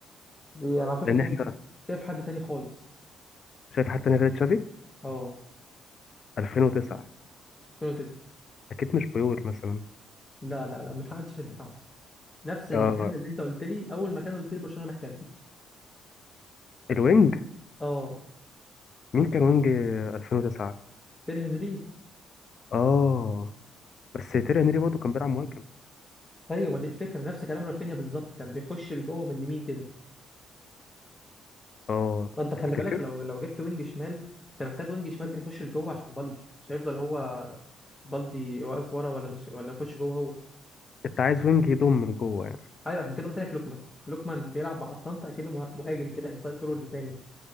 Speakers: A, on the left; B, on the left.
A: دي انا على فكرة
B: لان
A: شايف
B: احنا
A: حد شايف حد تاني خالص
B: شايف حتى انا غير تشافي
A: اه
B: 2009
A: 2009
B: اكيد مش بيول مثلا
A: لا لا لا ما حدش في الدفاع نفس المكان
B: آه
A: اللي انت قلت لي اول مكان قلت لي برشلونه محتاجه
B: الوينج
A: اه
B: مين كان وينج 2009
A: تير هنري
B: اه بس تيري هنري برضه كان بيلعب مهاجم
A: ايوه ما دي الفكره نفس كلام رافينيا بالظبط كان بيخش لجوه من اليمين كده
B: اه
A: ما انت خلي
B: تفتكر
A: بالك لو لو جبت وينج شمال انت محتاج وينج شمال بيخش لجوه عشان بالدي مش هيفضل هو بالدي واقف ورا ولا مش ولا يخش جوه هو
B: انت عايز وينج يضم من جوه يعني
A: ايوه عشان كده قلت لك لوكمان لوكمان بيلعب مع اتلانتا اكنه مه- مهاجم كده انسايد فورورد ثاني